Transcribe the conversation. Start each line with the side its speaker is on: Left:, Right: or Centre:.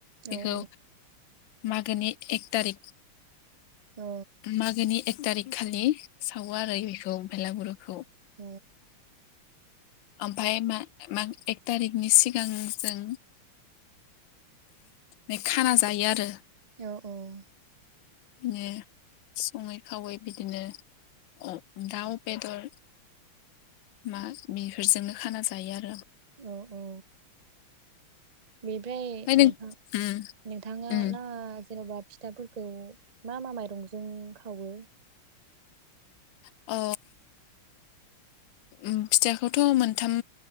Left: बेखौ
Right: औ उम
Left: मागोनि एक थारिख।
Right: उम
Left: मागोनि एख थारिख खालि सावो आरो बेखौ बेलागुरुखौ
Right: औ
Left: ओमफ्राय मा मां एक थारिखनि सिगां जों ने खाना जायो आरो।
Right: औ औ
Left: ने सङै खावै बिदिनो अ दाउ बेदर मा बेफोरजोंनो खाना जायो आरो।
Right: औ औ बेनिफ्राय
Left: ओमफ्राय नों
Right: नोंथां
Left: उम
Right: नोंथाङा
Left: उम
Right: लास जेन'बा फिथाफोरखौ मा मा माइरंजों खावो
Left: अ। उम फिथाखौथ' मोनथाम